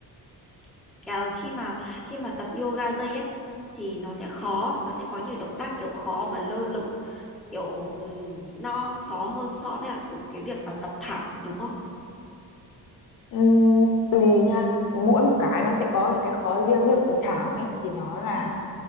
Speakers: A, in the centre; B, on the left.
A: <clears throat> kiểu khi mà khi mà tập yoga dây ấy thì nó sẽ khó, nó sẽ có nhiều động tác kiểu khó và lơ lửng, kiểu ừm, nó khó hơn so với là cái, cái việc mà tập thảm đúng không?
B: Ừm, tùy nha mỗi một cái nó sẽ có những cái khó riêng ví dụ tập thảm ấy thì nó là
A: Ờ,